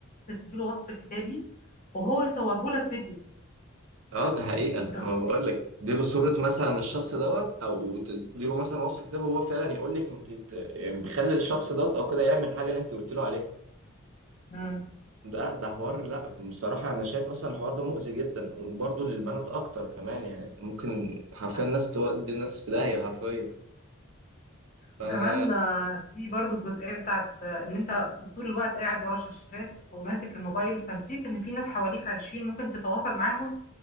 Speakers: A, on the left; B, on the right.
A: تديله وصف كتابي وهو يصوره لك فيديو
B: اه ده حقيقة
A: انت متخيل؟
B: ما بقول لك اديله صورة مثلا الشخص دوت او تديله مثلا وصف كتاب وهو فعلا يقول لك انت ت- يعني بيخلي الشخص دوت او كده يعمل حاجة اللي انت قلت له عليها
A: مم.
B: ده ده حوار لا بصراحة انا شايف مثلا الحوار ده مؤذي جدا وبرضه للبنات اكتر كمان يعني ممكن حرفيا
A: صح.
B: الناس تودي الناس في داهية حرفيا ف <clears throat>
A: وكمان آه، في برضو الجزئيه بتاعت آه، ان انت طول الوقت قاعد ورا شاشات وماسك الموبايل فنسيت ان في ناس حواليك عايشين ممكن تتواصل معاهم